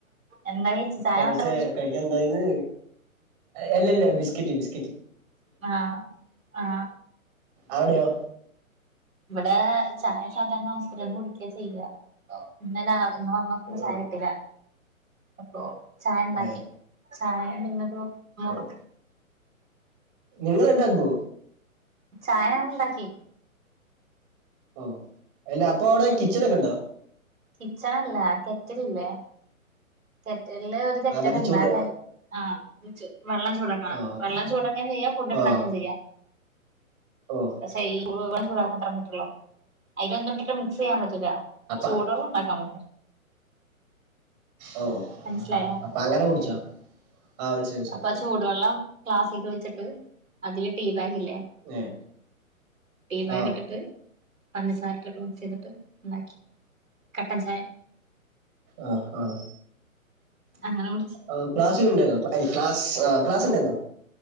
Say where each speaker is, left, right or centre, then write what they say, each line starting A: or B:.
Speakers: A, on the right; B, on the right.
A: എന്താ കഴിച്ചേ ചായ
B: കഴിച്ചെ
A: മാത്രം കുടിച്ചോ
B: ന്തായിന്ന് അല്ലല്ല ബിസ്കറ്റ് ബിസ്കറ്റ്
A: ആ ആ
B: അവിടെയോ
A: ഇബ്ടെ ചായ സാധാരണ <unintelligible> കുട്ക്യ ചെയ്യ <unintelligible> ന്ന് വന്നപ്പോ ചായ
B: ഓ
A: കിട്ടീല അപ്പൊ ചായണ്ടാക്കി
B: ഏ
A: <unintelligible>
B: ഓ നിങ്ങള് ഇണ്ടാക്കോ
A: ചായ ഞാണ്ടാക്കി
B: ഓ അല്ല അപ്പൊ അവിടെ കിച്ചനൊക്കെണ്ടോ
A: കിച്ചണല്ല കെറ്റില്ല്ലേ കെറ്റലില് ഒരു കെറ്റല്ണ്ടാ
B: ആ മറ്റേ ചൂട്
A: <unintelligible> ആ വെള്ളം ചൂടക്കണ
B: ആ
A: വെള്ളം ചൂടാക്കേം ചെയ്യാ ഫുഡ് ഉണ്ടാക്കേം
B: ആ
A: ചെയ്യാ
B: ഓ
A: <unintelligible> പറ്റുള്ളു അതിലൊന്നിട്ടിട്ട് മിക്സ് ചെയ്യാൻ പറ്റില്ല
B: അപ്പ
A: ചൂടെള്ളം ഉണ്ടാക്കാൻ പറ്റും
B: ഓ
A: മനസ്സിലായോ
B: അപ്പൊ അങ്ങനെ കുടിച്ചോ ആ മനസ്സിലായി മനസ്സിലായി
A: അപ്പൊ
B: മനസ്സിലായി
A: ചൂടുവെള്ളം ക്ലാസ്ക്ക് വെച്ചിട്ട് അതിൽ ടീ ബാഗില്ലേ
B: ഏ
A: ടീ ബാഗ്ട്ടിട്ട്
B: ആ
A: പഞ്ചസാരട്ടിട്ട് മിക്സ് ചെയ്തിട്ട് ഇണ്ടാക്കി കട്ടൻ ചായ
B: ആ ആ
A: അങ്ങനെ കുടിച്ച്
B: ആ ക്ലാസ് ഒയ്വുണ്ടായിന്നോ ക്ലാസ് ക്ലാസ്ണ്ടായ്ന്നോ